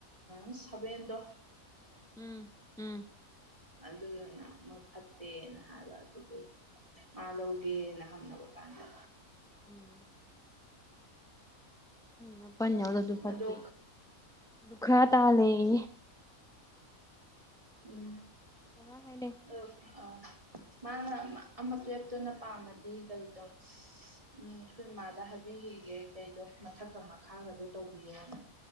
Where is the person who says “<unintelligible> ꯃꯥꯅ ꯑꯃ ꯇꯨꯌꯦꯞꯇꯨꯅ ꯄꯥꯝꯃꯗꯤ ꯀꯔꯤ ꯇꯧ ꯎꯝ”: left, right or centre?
Right